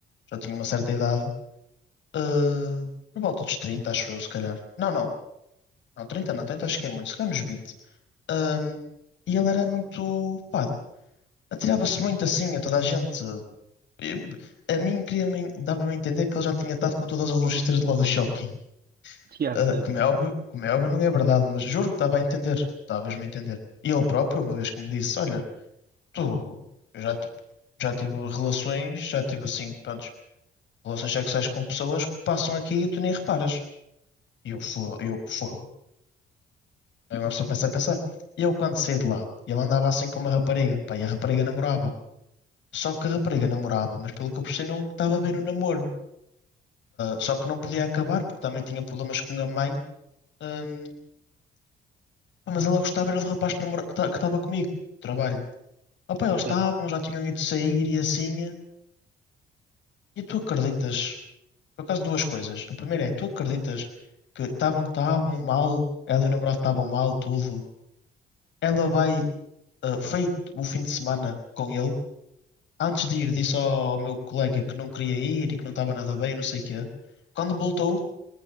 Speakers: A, on the left; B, on the right.
A: já tinha uma certa idade, eh, por volta dos 30 acho eu, se calhar. Não, não, não, 30 não, 30 acho que é muito, se calhar nos 20. Hum, e ele era muito, pá, atirava-se muito assim a toda a gente, eh, A mim queria-me- dava-me a entender que ele já tinha estado com todas as lojistas de lá do shopping.
B: que há
A: Ah,
B: sério.
A: como é óbvio, como é óbvio, não é verdade, mas juro que dava a entender, dava mesmo a entender. E ele próprio, uma vez que me disse, olha, tu, eu já, tipo, já tive relações, já tive assim, prontos, relações sexuais com pessoas que passam aqui e tu nem reparas. E eu, fo- eu fogo. Aí uma pessoa começa a pensar. E eu quando saí de lá, ele andava assim com uma rapariga, pá, e a rapariga namorava. Só que a rapariga namorava, mas pelo que eu percebi não estava bem no namoro. Só que não podia acabar, porque também tinha problemas com a mãe. Hum, pá, mas ela gostava era do rapaz que namora- ta- que estava comigo, no trabalho. Opa, eles estavam,
B: Certo.
A: já tinham ido sair e assim. E tu acreditas? Por acaso, duas coisas. A primeira é, tu acreditas que estavam estavam mal, ela e o namorado estavam mal, tudo. Ela vai, ah, feito o fim de semana com ele. Antes de ir, disse ao, ao meu colega que não queria ir e que não estava nada bem, não sei o quê. Quando voltou,